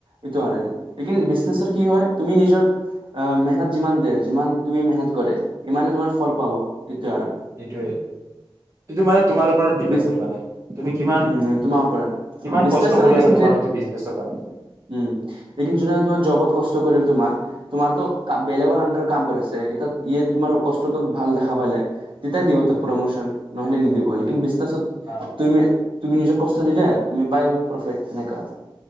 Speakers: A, on the right; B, on the right.
A: এইটো আৰু লেটিন বিজনেছত কি হয় তুমি নিজৰ আহ মেহনত যিমান দিয়ে যিমান তুমি মেহনত কৰে, ইমানে তোমাৰ ফল পাব এইটোৱে আৰু
B: সেটোৱে আৰু। এইটো মানে তোমাৰ ওপৰত ডিপেড
A: বিজ
B: কৰে মানে তুমি কিমান,
A: উম তোমাৰ পৰা
B: কিমান
A: বিজনেচৰ
B: কষ্ট কৰি
A: লেকিন
B: আছা
A: যে
B: তোমাৰ এই বিজনেচৰ কাৰণে।
A: উম। লেকিন যোনে তোমাৰ জবত কষ্ট কৰিল তোমাৰ তোমাৰতো বেলেগৰ আডাৰ কাম কৰিছে। এতিয়া ইয় তোমাৰ কষ্টটো ভাল দেখা পালে, তেতিয়াই দিব তোক
B: উম,
A: প্ৰমোচন। নহলে নিদিব লেকিন বিচ ছাছত
B: আ,
A: তুমিয়ে তুমি নিজক কষ্ট দিলে তুমি পাই গ'ল প্ৰফেট সেনেকা।